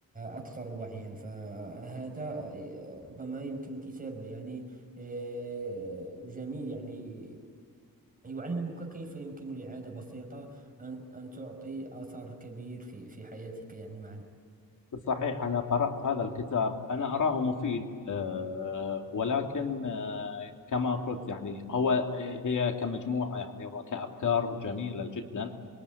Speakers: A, on the right; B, on the left.
A: أكثر وعيا فهذا آه، ربما يمكن كتاب يعني آه، جميل يعني يعلمك كيف يمكن لعادة بسيطة أن أن تعطي أثر كبير في في حياتك يعني مع الوقت
B: صحيح انا قرات هذا الكتاب انا اراه مفيد آه، ولكن آه، كما قلت يعني هو هي كمجموعه يعني وكافكار جميله جدا